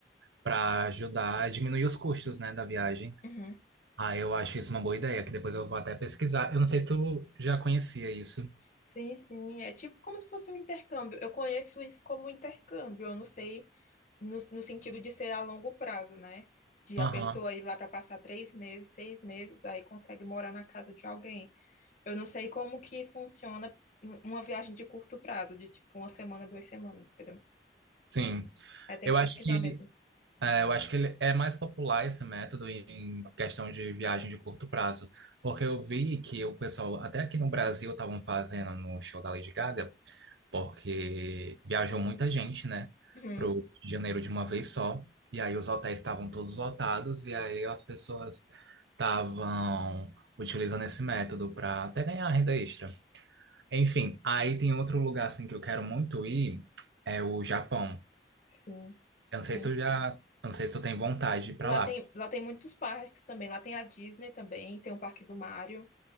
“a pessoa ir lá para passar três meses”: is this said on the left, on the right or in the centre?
Left